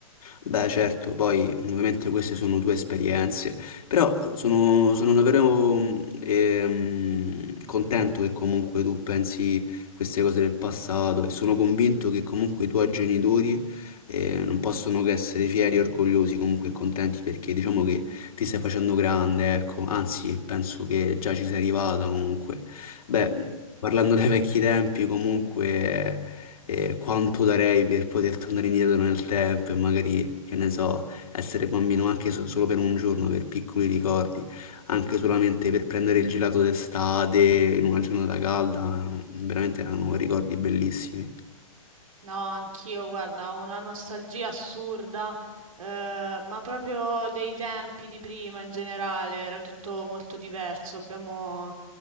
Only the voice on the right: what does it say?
No, anch'io, guarda, ho una nostalgia assurda, eh, ma proprio dei tempi di prima in generale, era tutto molto diverso. Abbiamo,